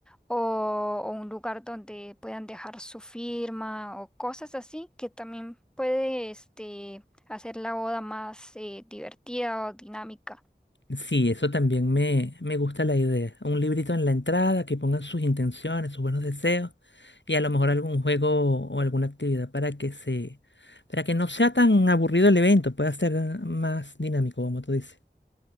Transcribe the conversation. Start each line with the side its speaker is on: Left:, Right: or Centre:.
Centre: o, o un lugar donde puedan dejar su firma, o cosas así, que también puede este, hacer la boda más eh, divertida o dinámica.
Left: Sí, eso también me, me gusta la idea. Un librito en la entrada que pongan sus intenciones, sus buenos deseos y a lo mejor algún juego o alguna actividad para que se, para que no sea tan aburrido el evento, pueda ser eh, más dinámico, como tú dices.